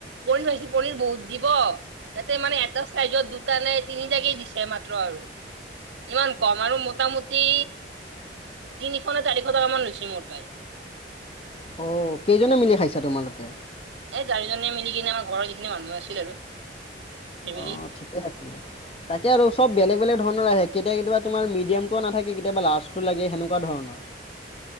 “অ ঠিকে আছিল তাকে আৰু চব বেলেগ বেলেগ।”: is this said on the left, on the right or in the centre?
Left